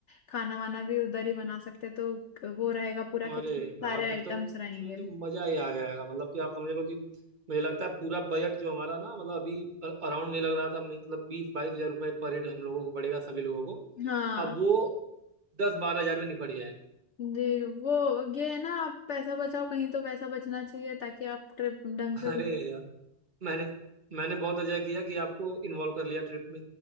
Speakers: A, on the left (about 80°); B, on the right (about 30°).
A: खाना वाना भी उधर ही बना सकते हैं तो वो रहेगा पूरा
B: अरे
A: किचन सारे
B: यार फिर
A: आइटम्स
B: तो
A: रहेंगे
B: फिर तो मजा ही आ जाएगा मतलब कि आप समझ लो कि मुझे लगता है पूरा बजट जो हमारा ना मतलब अभी अराउंड मुझे लग रहा था मतलब बीस बाईस हजार रुपये पर हेड हम लोगों को पड़ेगा सभी लोगों को
A: हाँ
B: अब वो दस बारह हजार में निपट जाएगा
A: जी वो ये है ना आप पैसा बचाओ कहीं तो पैसा बचना चाहिए ताकि आप ट्रिप ढंग
B: <laughs>
A: से
B: अरे
A: घूम
B: यार मैंने मैंने बहुत अच्छा किया कि आपको इन्वॉल्व कर लिया ट्रिप